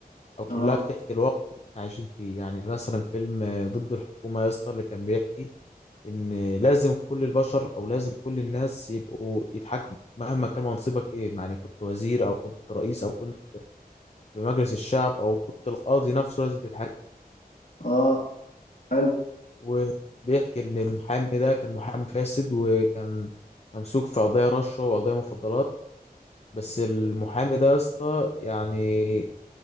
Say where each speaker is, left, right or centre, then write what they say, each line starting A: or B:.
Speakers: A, on the left (about 40°); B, on the left (about 60°).
A: او كلها
B: اه
A: بتحكي الواقع اللي احنا عايشين فيه يعني مثلا فيلم آه، ضد الحكومه يا اسطى اللي كان بيحكي ان لازم كل البشر او لازم كل الناس يبقوا يتحكموا مهما كان منصبك ايه يعني كنت وزير او كنت رئيس او كنت في مجلس الشعب او كنت القاضي نفسه لازم تتحكم
B: اه حلو
A: وبيحكي ان المحامي ده كان محامي فاسد وكان ممسوك في قضايا رشوه وقضايا مخدرات بس المحامي ده يا اسطى يعني